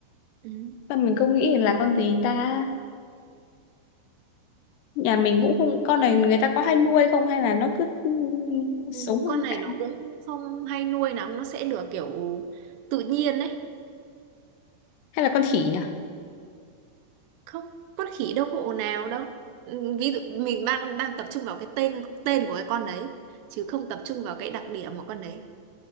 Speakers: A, on the right (about 80°); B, on the left (about 75°).
A: ừ.
B: sao mình không nghĩ là con gì ta nhà mình cũng không con này người ta có hay nuôi không hay là nó cứ ừ, sống
A: Ừ,
B: hoang
A: con này
B: dã
A: nó cũng không hay nuôi lắm nó sẽ được kiểu tự nhiên đấy
B: hay là con khỉ nhỉ
A: không con khỉ đâu có ồn ào đâu Ừ, ví dụ mình đang đang tập trung vào cái tên tên của cái con đấy chứ không tập trung vào cái đặc điểm của con đấy